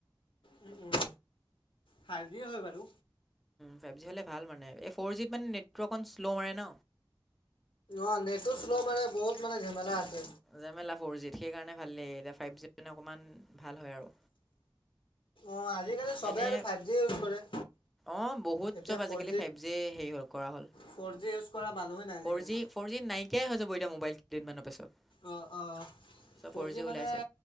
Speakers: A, on the left; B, in the centre.
A: উম, উম ফাইভ যি হয় বাৰু।
B: ফাইভ জি হ'লে ভাল মানে, এই ফ'ৰ জিত মানে নেটৱৰ্ক অকণ শ্ল' মাৰে ন।
A: অ, নেটো শ্ল' মানে বহুত মানে ঝেমেলা আছে।
B: জেমেলা ফ'ৰ জিত সেইকাৰণে ভাল লাগে, এতিয়া ফাইভ জি মানে অকমান ভাল হয় আৰু।
A: অ' আজিকালি চবে
B: এনে
A: আৰু ফাইভ জি ইউজ কৰে।
B: অ' বহুত
A: এতিয়া
B: চব আজিকালি
A: ফ'ৰ
B: ফাইভ জি হেৰি হ'ল, কৰা হ'ল।
A: ফ'ৰ জি ইউজ কৰা মানুহে নাই আজিকালি
B: ফৰ যি ফৰ জী নাইকিয়াই হৈ যাব এতিয়া মোবাইল কেইদিনমানৰ পিছত।
A: অ' অ।
B: চপ ফৰ
A: জি
B: যি
A: মানে
B: ওলাইছে